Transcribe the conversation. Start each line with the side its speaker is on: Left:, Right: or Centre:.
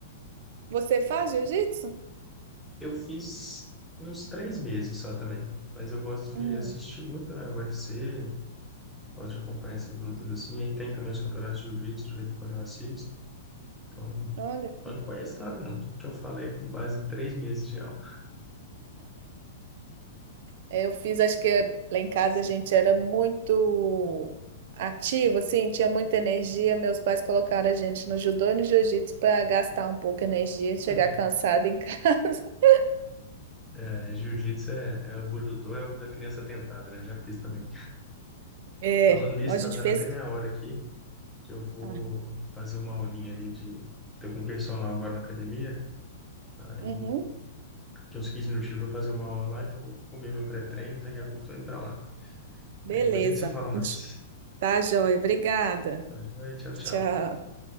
Right: Você faz jiu-jitsu?
Centre: eu fiz uns três meses só também, mas eu gosto
Right: Hum,
Centre: de assistir muito, né? UFC, gosto de acompanhar essas lutas assim, aí tem também os campeonatos de jiu-jitsu, de vez em quando eu assisto. Então,
Right: olha.
Centre: eu não conheço nada, não. Tudo que eu falei é com base em três meses de aula.
Right: É, Eu fiz, acho que lá em casa a gente era muito ativo, assim, tinha muita energia. Meus pais colocaram a gente no judô e no jiu-jitsu para gastar um pouco de energia, chegar
Centre: <laughs>
Right: cansado em casa. <laughs>
Centre: É, jiu-jitsu é, é o judô, é o da criança tentada, né? Já fiz também.
Right: É,
Centre: Falando nisso,
Right: a
Centre: tá
Right: gente
Centre: dando
Right: fez.
Centre: até minha hora aqui, que eu vou
Right: Ah,
Centre: fazer uma aulinha ali de. Tô com personal agora na academia. Aí,
Right: Uhum.
Centre: daqui uns 15 minutinhos eu vou fazer uma aula lá, então eu vou comer meu pré-treino, daqui a pouco eu tô indo pra lá.
Right: beleza.
Centre: Aí depois a gente se fala mais.
Right: A gente- Tá, joia. Obrigada.
Centre: Tá joia? Tchau, tchau.
Right: Tchau.